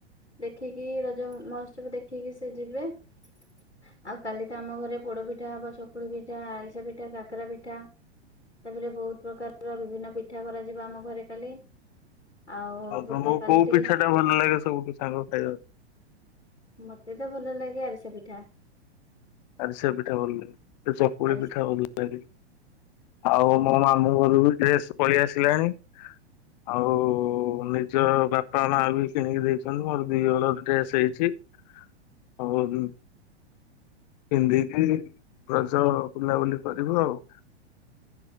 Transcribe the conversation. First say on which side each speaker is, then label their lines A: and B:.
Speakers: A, on the left (about 80°); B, on the left (about 40°).
A: ଦେଖିକି, ରଜ ମହୋତ୍ସବ ଦେଖିକି ସେ ଯିବେ। ଆଉ କାଲି ତ ଆମ ଘରେ ପୋଡ ପିଠା ହବ ଚକୁଳି ପିଠା, ଆରିସାପିଠା, କାକରା ପିଠା ତାପରେ ବହୁତ ପ୍ରକାରର ବିଭିନ୍ନ ପିଠା କରାଯିବ ଆମ ଘରେ କାଲି ଆଉ
B: ତମକୁ
A: <inaudible> କାଲି
B: କୋଉ
A: ଟିକେ
B: ପିଠା ଟା ଭଲ ଲାଗେ ସବୁଠି ସାଗ ଖାଇବାକୁ
A: ମତେ ତ ଭଲ ଲାଗେ, ଆରିସା ପିଠା
B: ଆରିସା ପିଠା ଭଲଲାଗେ, ଚକୁଳି
A: ଆରିସା
B: ପିଠା ଭଲ ବେବି, ଆଉ ମୋ ମାମୁଁ ଘରୁ ବି ଡ୍ରେସ ପଳେଇ ଆସିଲାଣି ଆଉ ନିଜ ବାପା ମା ବି କିଣିକି ଦେଇଚନ୍ତି ମୋର ଦି ହଳ ଡ୍ରେସ ହେଇଛି। ହଉ, ଦୁନ ପିନ୍ଧିକି ରଜ ବୁଲାବୁଲି କରିବ ଆଉ